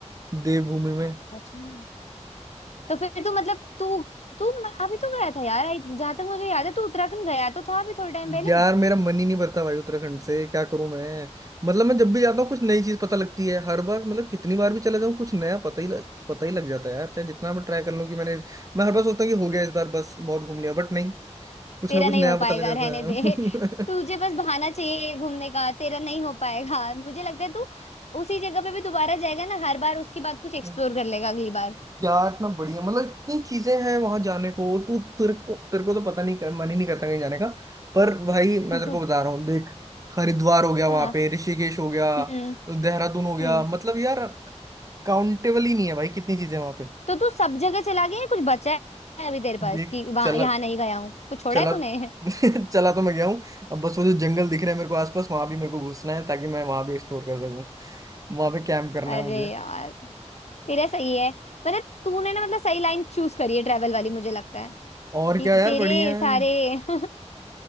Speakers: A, on the right; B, on the left.
A: देवभूमि में
B: सच में तो फिर तू मतलब तू तू म- अभी तो गया था यार आई- जहाँ तक मुझे याद है तू उत्तराखंड गया तो था अभी थोड़े टाइम पहले
A: यार मेरा मन ही नहीं भरता भाई उत्तराखंड से क्या करूं मैं मतलब मैं जब भी जाता हूँ कुछ नई चीज पता लगती है हर बार मतलब कितनी बार भी चला जाऊं कुछ नया पता ही लग, पता ही लग जाता है यार चाहे जितना मैं ट्राई कर लूं कि मैंने मैं हर बार सोचता हूँ कि हो गया इस बार बस बहुत घूम लिया बट नहीं कुछ
B: तेरा
A: ना कुछ
B: नहीं
A: नया
B: हो पाएगा
A: पता लग जाता
B: रहने दे तुझे बस बहाना चाहिए घूमने का तेरा नहीं हो पाएगा मुझे लगता है तू उसी जगह पे भी दोबारा जाएगा ना हर बार उसके बाद कुछ एक्सप्लोर
A: है <laughs>
B: कर लेगा अगली बार
A: यार इतना बढ़िया मतलब इतनी चीजें हैं वहां जाने को तू तेरे को तेरे को तो पता नहीं कर, मन ही नहीं करता कहीं जाने का पर भाई
B: <laughs>
A: मैं तेरे को बता रहा हूँ देख हरिद्वार हो गया वहां
B: हाँ
A: पे ऋषिकेश हो गया
B: हम्म
A: देहरादून हो गया
B: हम्म
A: मतलब यार काउंटेबल ही नहीं है भाई कितनी चीजें वहां पे
B: तो तू सब जगह चला गया है? कुछ बचा है अभी तेरे पास
A: देख
B: कि वहां
A: चला
B: यहाँ नहीं गया हूँ कुछ छोड़ा
A: चला
B: है तूने
A: <laughs>
B: <laughs>
A: चला तो मैं गया हूँ अब बस वो जो जंगल दिख रहे हैं मेरे को आसपास वहां भी मेरे को घुसना है ताकि मैं वहां भी एक्सप्लोर कर सकूं वहां पे कैंप करना
B: अरे
A: है मुझे
B: यार तेरा सही है मतलब तूने ना मतलब सही लाइन चूज करी है ट्रेवल वाली मुझे लगता है
A: <laughs> और
B: कि
A: क्या यार
B: तेरे
A: बढ़िया है
B: सारे <laughs>